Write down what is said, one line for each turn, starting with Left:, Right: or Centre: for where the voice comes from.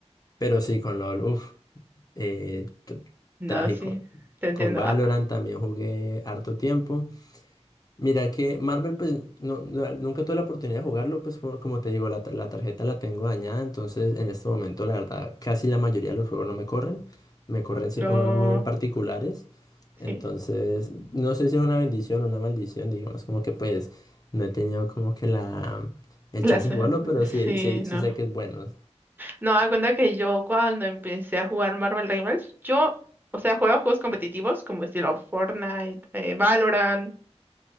Left: Pero sí, con LOL, uff, eh, t-
Right: No,
Left: trágico.
Right: sí, te entiendo.
Left: Con Valorant
Right: Ah,
Left: también jugué harto tiempo. Mira que Marvel, pues no, no- nunca tuve la oportunidad de jugarlo, pues por- como te digo, la, ta- la tarjeta la tengo dañada, entonces en este momento la verdad casi la mayoría de los juegos no me corren, me corren sí
Right: No,
Left: unos muy en particulares, entonces
Right: sí.
Left: no sé si es una bendición o una maldición, digamos como que pues no he tenido como que la, el
Right: Las,
Left: chance de
Right: eh,
Left: jugarlo, pero sí,
Right: sí,
Left: sí,
Right: no.
Left: sí sé que es bueno.
Right: No, da cuenta que yo cuando empecé a jugar Marvel Rivals, yo, o sea, jugaba juegos competitivos como estilo Fortnite, eh, Valorant.